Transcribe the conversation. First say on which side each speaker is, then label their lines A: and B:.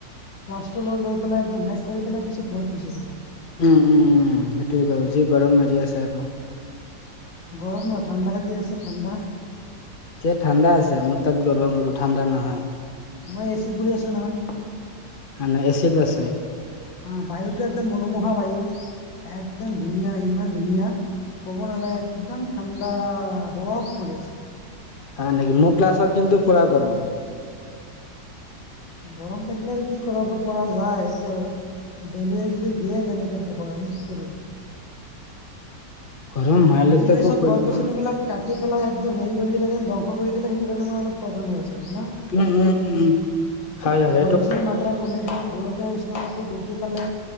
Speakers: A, on the left; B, on the left.
A: ক্লাছটোলৈ লৈ পেলাই একদম হেষ কৰি পেলাই পিছত ঘৰত গুচি যাম।
B: উম, উম, উম। সেইটোৱে কৰো, যি গৰম মাৰি আছে আৰু
A: গৰম নহ, ঠাণ্ডা দি আছে, ঠাণ্ডা
B: এতিয়া ঠাণ্ডা আছে, মোৰ তাত গৰম আৰু ঠাণ্ডা নহয়।
A: মই এচিত বৈ আছো নহয়।
B: এনাই এছিত আছে।
A: অহ বায়ুটো একদম মনোমোহা বায়ু, একদম ধুনীয়া, ইমান ধুনীয়া। কব নালাগে, একদম ঠাণ্ডা, বৰফ পৰিছে।
B: হয় নেকি, মোৰ ক্লাছত কিন্তু পুৰা গৰম।
A: গৰম থাকিলে কি কৰিব পৰা যায়, এইটোৱে আৰু এনেই যদি দিয়ে তেনেকে, পোহৰ আমি কি কৰিম
B: গৰম মাইলতাকো
A: আজিকালি চব
B: কৰিব
A: গছ গছনি বিলাক কাটি পেলাই একদম হেৰি কৰি কিনি যেন ধ্বংস কৰি দিলে, সেইটো কাৰণে মানে অলপ প্ৰব্লেম হৈ আছে মানে চা
B: উম, উম, উম। হয় সেইটো
A: গছ গছনিৰ কমি গৈ, গোলকীয় উষ্ণতাটো বৃদ্ধি পালে।